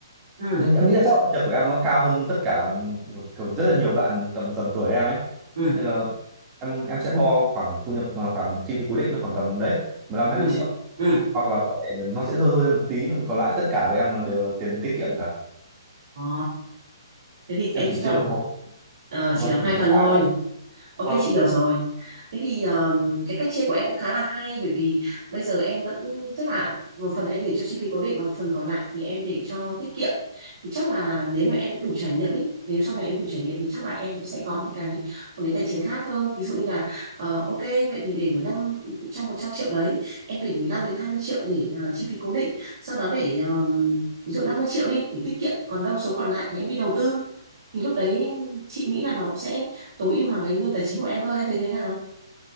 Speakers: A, on the right (about 50°); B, on the right (about 25°).
A: ừ
B: em, em nghĩ là chắc là thu nhập của em nó cao hơn tất cả kiểu, kiểu rất là nhiều bạn tầm tầm tuổi em ấy
A: ừ
B: nên là em em sẽ bo khoảng thu nhập à, khoảng chi phí cố định nó khoảng tầm đấy mười lăm hai
A: ừ
B: mươi triệu
A: ừ.
B: hoặc là có thể nó sẽ rơi rơi ra một tí còn còn lại tất cả của em là đều là tiền tiết kiệm cả
A: Ờ, thế thì
B: em
A: em
B: chỉ
A: chứng
B: chia
A: tỏ
B: là một
A: ờ,
B: vâng
A: chỉ làm hai
B: chỉ một trong
A: phần
B: hai
A: thôi
B: đó.
A: Ok
B: vâng
A: chị hiểu rồi. Thế thì um, cái cách chia của em cũng khá là hay bởi vì bây giờ em vẫn chắc là một phần em để cho chi phí cố định mà một phần còn lại thì em để cho tiết kiệm. Thì chắc là nếu mà em đủ trải nghiệm ý, nếu sau này em đủ trải nghiệm thì chắc là em cũng sẽ có những cái một cái tài chính khác hơn. Ví dụ như là ờ, ok vậy thì để 15 trong 100 triệu đấy em để 15 đến 20 triệu để ờ, chi phí cố định. Sau đó để um, ví dụ 50 triệu đi để tiết kiệm còn đâu số còn lại thì em đi đầu tư. Thì lúc đấy chị nghĩ là nó cũng sẽ tối ưu hóa cái nguồn tài chính của em hơn em thấy thế nào